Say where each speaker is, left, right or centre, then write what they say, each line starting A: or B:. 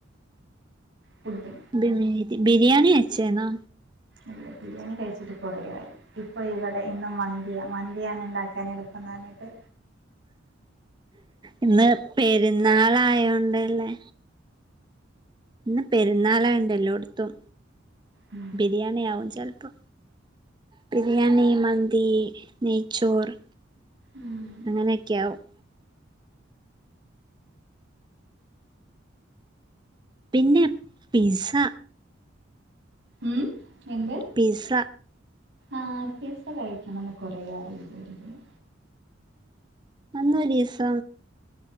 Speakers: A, on the right (about 60°); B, on the right (about 20°).
A: പുഡിങ്
B: പിന്നെ ബിരിയാണി വെച്ചേന്നോ?
A: ഇല്ല ബിരിയാണി കഴിച്ചിട്ട് കൊറേ ആയി. ഇപ്പ ഇവിടെ ഇന്ന് മന്തിയാ മന്തിയാണ് ഇണ്ടാക്കാനെള്പ്പന്നർഞ്ഞിട്ട്
B: ഇന്ന് പെര്ന്നാളായോണ്ടല്ലേ ഇന്ന് പെരുന്നാളായോണ്ടാഎല്ലോട്ത്തും
A: ഉം
B: ബിരിയാണി ആവും ചെൽപ്പോ ബിരിയാണി മന്തി നെയ്ച്ചോറ്
A: ഉം
B: അങ്ങനെയെക്കെയാവും പിന്നെ പിസ്സ
A: ഉം എന്ത്
B: പിസ്സ
A: ആഹ് പിസ്സ കഴിക്കണംന്ന് കൊറേ ആയി വിചാരിക്കുന്നു
B: അന്നൊരീസം